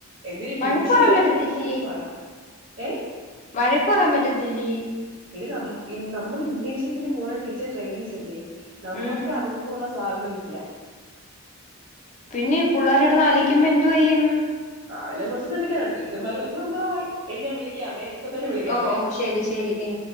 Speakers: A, on the right (about 60°); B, on the left (about 30°).
A: എന്രു ട്യൂഷനി
B: വഴക്ക് പറയാൻ
A: വരെ
B: പറ്റത്തില്ലേ
A: അടിക്കുന്ന കാര്യം പാടാ ഏ
B: വഴക്ക് പറയാൻ പറ്റത്തില്ലേ
A: ഇടെ ന നമ്മൾ ഇന്ത്യൻഷിപ്പ പിന്നെ പോ ടച്ചർടെയിനിങ്സ്ല്ലേ നമ്മുക്ക്
B: ഉം
A: അതിനൊന്നുള്ള സ്വാതന്ത്ര്യില്ല
B: പിന്നെ ഈ പിള്ളേർടന്ന് ആ എന്തു വ്യും
A: അതിനെ കുറിച്ച് തളിക്കാനോ ടീച്ചർമാർ ഒന്ന് നമ്മള എങ്ങാ വിളിക്കാമേ ഇപ്പൊ തന്നെ വിളിക്കമേ
B: ഓ ഓ ശരി ശരി ഏ